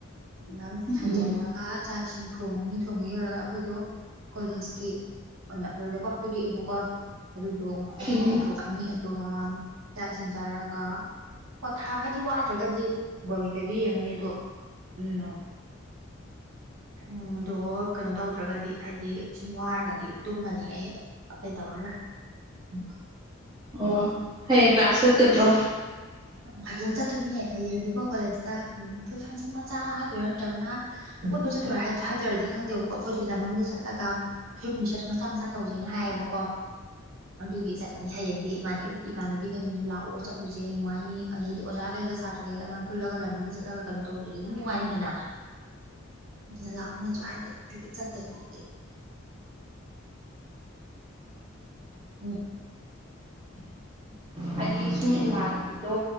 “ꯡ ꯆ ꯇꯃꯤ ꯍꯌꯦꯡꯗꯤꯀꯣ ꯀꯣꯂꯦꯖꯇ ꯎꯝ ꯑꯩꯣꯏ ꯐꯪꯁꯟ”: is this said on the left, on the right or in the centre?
Right